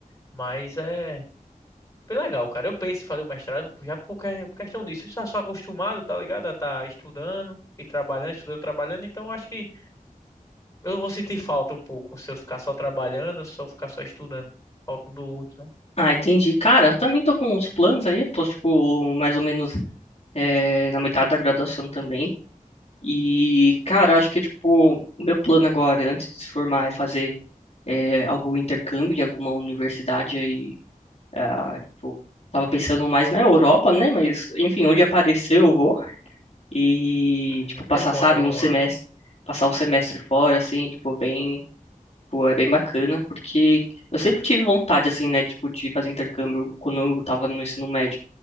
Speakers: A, on the left (about 20°); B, on the left (about 45°).
A: Mas é bem legal, cara. Eu penso em fazer o mestrado já por que- por questão disso. Eu já sou acostumado, tá ligado? A tá estudando e trabalhando, estudando, trabalhando. Então eu acho que eu vou sentir falta um pouco se eu ficar só trabalhando, se eu ficar só estudando. Falta um do outro, né?
B: Ah, entendi. Cara, eu também tô com uns planos aí. Eu tô, tipo, mais ou menos é, na metade da graduação também. E, cara, acho que, tipo, o meu plano agora, antes de se formar, é fazer é, algum intercâmbio em alguma universidade aí. ah, tipo, tava pensando mais na Europa, né? Mas, enfim, onde aparecer eu vou. E,
A: É
B: tipo, passar,
A: sempre bom
B: sabe,
A: ter uma.
B: um semestre, passar um semestre fora, assim, tipo, bem. Pô, é bem bacana, porque eu sempre tive vontade, assim, né, tipo, de fazer intercâmbio quando eu tava no ensino médio.